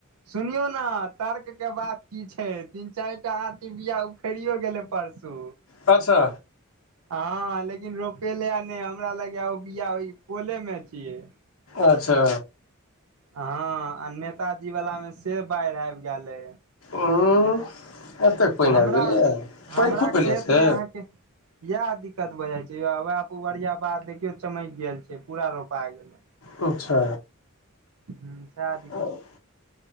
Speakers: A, on the right (about 85°); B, on the left (about 70°).
A: सुनियौ ने तर्क के बात कि छै, तीन चारिटा यहाँ फेरियो गेलै परसू।
B: अच्छा।
A: हँ, लेकिन रोपेले आ नहि हमरा लागय बियाहि कले मे छीयै
B: अच्छा।
A: हँ, आ नेताजी वलामे से बाढ़ आब गेले।
B: उँ एतेक पानि
A: हमरा
B: आबि गेलैए पानि
A: हमरा
B: खूब
A: खेतमे
B: भेलैए से
A: अहाँकेँ इएह दिक्कत भए जाय छै, वएह पुबरिया बाध देखियो चमक गेल छै, पूरा रोपा गेले
B: अच्छा।
A: हूँ, साह।
B: हँ,